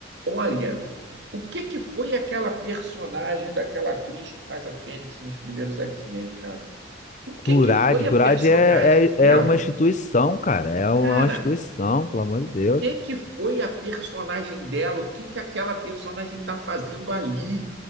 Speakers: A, on the right; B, on the left.
A: olha, o que que foi aquela personagem daquela atriz que faz a Fênix nos primeiros X-Men, cara? O que
B: Gurad,
A: que foi a
B: Gurad
A: personagem
B: é,
A: dela?
B: é, é uma instituição, cara. É u-
A: Cara,
B: é uma instituição, pelo amor de
A: o
B: Deus.
A: que que foi a personagem dela, o que que aquela personagem está fazendo ali,